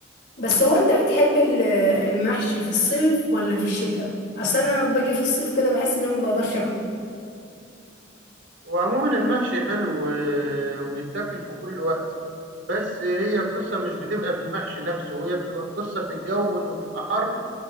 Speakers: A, on the left; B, on the right.
A: بس هو أنت بتحب ال- المحشي في الصيف ولا في الشتاء؟ أصل أنا باجي في الصيف كده بحس إني ما بقدرش أكله
B: وعموما المحشي حلو آه، ويتاكل في كل وقت بس هي القصه مش بتبقى في المحشي نفسه هي بتبقى القصه في الجو انه بيبقى حر